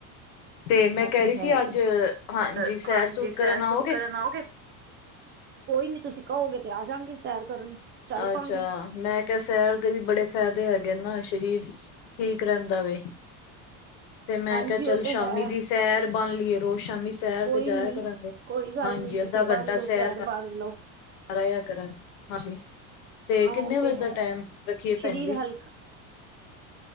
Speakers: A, on the left; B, on the right.
A: ਤੇ ਮੈਂ
B: ਇਹ
A: ਕੇ ਰੀ ਸੀ
B: ਹੈ ਹੀ
A: ਅੱਜ, ਹਾਂਜੀ
B: ਹੈ
A: ਸੈਰ-ਸੂਰ
B: ਹਾਂਜੀ ਸੈਰ
A: ਕਰਨ
B: ਸੂਰ
A: ਆਓਗੇ।
B: ਕਰਨ ਆਓਗੇ ਕੋਈ ਨੀਂ ਤੁਸੀਂ ਕਹੋਗੇ ਤੇ ਆਜਾਗੇ ਸੈਰ ਕਰਨ। ਚੱਲ
A: ਅੱਛਾ।
B: ਪਾਂਗੇ
A: ਮੈਂ ਕਿਆ ਸ਼ੈਰ ਦੇ ਵੀ ਬੜੇ ਫਾਇਦੇ ਹੈਗੇ ਨਾ ਸਰੀਰ ਠੀਕ ਰਹਿੰਦਾ ਵੇ। ਤੇ ਮੈਂ
B: ਹਾਂਜੀ
A: ਕਿਆ
B: ਉਹ
A: ਚੱਲ
B: ਤੇ
A: ਸ਼ਾਮੀ
B: ਹੈ
A: ਦੀ ਸੈਰ ਬਨ ਲੀਏ ਰੋਜ਼ ਸ਼ਾਮੀ ਸੈਰ
B: ਕੋਈ
A: ਤੇ ਜਾਇਆ
B: ਨੀ
A: ਕਰਾਂਗੇ,
B: ਕੋਈ ਗੱਲ
A: ਹਾਂਜੀ
B: ਨੀ ਤੁਸੀਂ
A: ਅੱਧਾ ਘੰਟਾ
B: ਬੰਨ ਲਓ
A: ਸੈਰ ਕਰ
B: ਬੰਨ ਲੋ
A: ਘਰ ਆਏ ਆ ਕਰਨ, ਹਾਂਜੀ ਤੇ
B: ਹਾਂ
A: ਕਿੰਨੇ
B: ਉਹ
A: ਵਜੇ
B: ਹੈ
A: ਦਾ ਟੈਮ ਰੱਖੀਏ
B: ਸਰੀਰ
A: ਭੈਣ ਜੀ।
B: ਹਲਕਾ